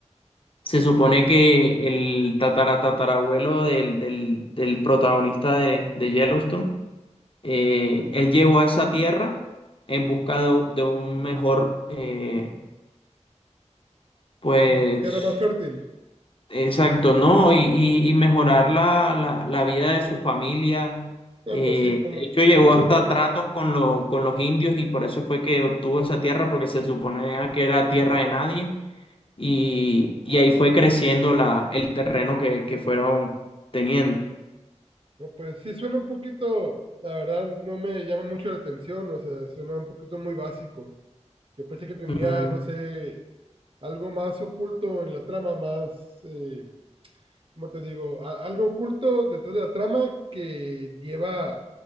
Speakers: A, on the left; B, on the right.
A: se supone que el tataratatarabuelo del, del, del protagonista de, de Yellowstone, eh, él llegó a esa tierra en busca de, de un mejor, eh, pues
B: mm, tierra más fértil.
A: Exacto, ¿no? Y, y- y mejorar la, la- la vida de su familia.
B: No,
A: Eh,
B: pues sí, como,
A: de hecho, llegó
B: como todo
A: hasta
B: mundo.
A: tratos con, lo- con los indios y por eso fue que obtuvo esa tierra, porque se suponía que era tierra de nadie. Y, y ahí fue creciendo la, el terreno que, que fueron teniendo.
B: No, pues sí, suena un poquito, la verdad, no me llama mucho la atención, o sea, suena un poquito muy básico. Yo pensé que tenía,
A: Mm,
B: no sé, algo más oculto en la trama, más, eh, ¿cómo te digo? A- algo oculto detrás de la trama que lleva